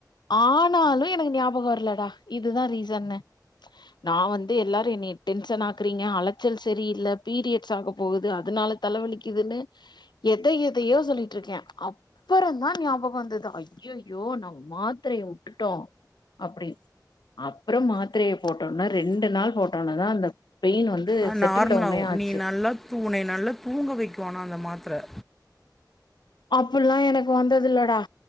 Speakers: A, on the left; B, in the centre.
A: ஆனாலு எனக்கு ஞாபகொர்ல இதுதா ரீசன்னு நா வந்து எல்லாரு என்னைய டென்ஷன் ஆக்குறீங்க அலைச்சல் செரியில்ல பீரியட்ஸ் ஆக போகுது அதனால தலைவலிக்குதுன்னு எத எதையோ சொல்லிட்ருக்கே அப்பறந்தா ஞாபகொ வந்துது அய்யோயோ நம்ம மாத்தரைய வுட்டுட்டோ அப்படி அப்புறம் மாத்தரைய போட்டோன்ன ரெண்டு நாள் போட்டோனேதா அந்த பெயின் வந்து
B: அ
A: செட்டில்
B: நார்மலாவு
A: டவுனே ஆச்சு
B: நீ நல்லா தூ நீ நல்லா தூங்க வைக்க க்கு ஆனா அந்த மாத்ர
A: அப்புல்லா எனக்கு வந்ததுல்லடா